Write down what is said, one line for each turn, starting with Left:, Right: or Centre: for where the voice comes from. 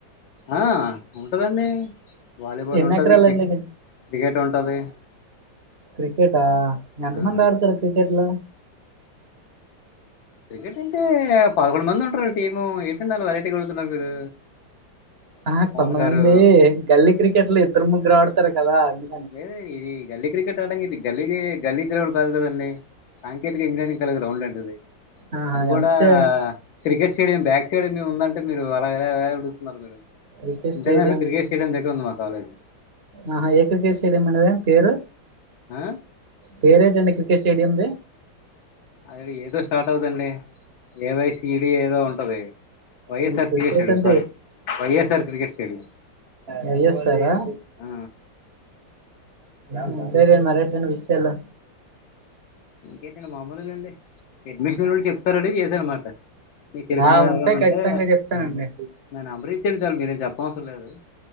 Left: ఆ ఉంటాది అండి వాలీబాల్
Right: ఎన్ని
Left: ఉంటాది
Right: ఎకరాలండి
Left: క్రి క్రికెట్ ఉంటాది
Right: క్రికెట్ ఆ ఎంతమంది
Left: ఆ
Right: ఆడుతారు క్రికెట్ లో
Left: క్రికెట్ అంటే పదకొండు మంది ఉంటారు గా టీము ఏటాండి అలా వెరైటీగా అడుగుతున్నారు మీరు
Right: ఆ
Left: మోహన్
Right: కొంతమంది
Left: గారు
Right: గల్లీ క్రికెట్ లో ఇద్దరు ముగ్గురు ఆడుతారు కదా అని
Left: వేరే ఇది గల్లీ క్రికెట్ ఆడడాంగా ఇది గల్లీకి గల్లీ గ్రౌండ్ కాదు కదండి సాంకేతిక ఇంజనీరింగ్ కలిగిన గ్రౌండ్ అండి అది
Right: ఆహా
Left: అది కూడా
Right: ఎంతసే
Left: క్రికెట్ స్టేడియం బ్యాక్ స్టేడియం మీము ఉందంటే మీరు అలా ఎలాలా అడుగుతున్నారు మీరు
Right: cricket
Left: international
Right: stadium
Left: cricket stadium దగ్గర ఉంది మా కాలేజ్
Right: ఆహా ఏ క్రికెట్ స్టేడియం అండి దానిపేరు
Left: ఆ
Right: పేరేటండి క్రికెట్ స్టేడియం ది
Left: అది ఏ తో స్టార్ట్ అవుదండి ఏవై సీడీ ఏదో ఉంటాది వైఎస్ఆర్
Right: మీకు
Left: క్రికెట్ స్టేడి
Right: అంటే
Left: sorry YSR cricket stadium
Right: Y S R ఆ
Left: ఆ
Right: మ్మ్ ఇంకా ఏం మరి ఎటాన్న విషయాలు
Left: ఇంకేంటి అండి మామూలేండి అడ్మిషన్ <unintelligible> చెప్తారని చేశా అన్నమాట మీకు తెలిసిన
Right: ఆ
Left: వాళ్ళు ఎవరున్నా ఉంటే
Right: ఖచ్చితంగా చెప్తానండి
Left: నా నెంబర్ ఇచ్చేయండి చాలు మీరు ఏమి చెప్పనవసరం లేదు